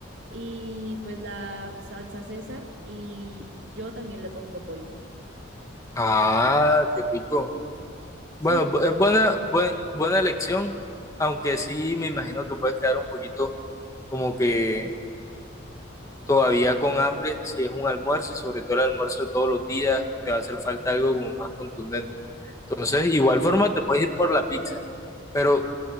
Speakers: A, on the right; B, on the left.
A: Y pues la salsa César. Y yo también le pongo pollo.
B: Ah, qué rico.
A: Sí,
B: Bueno, bu- es buena, buen- buena elección, aunque sí me imagino que puedes quedar un poquito como que todavía con hambre, si es un almuerzo y sobre todo el almuerzo de todos los días, te va a hacer falta algo como más contundente. Entonces, igual forma te puedes ir por la pizza, pero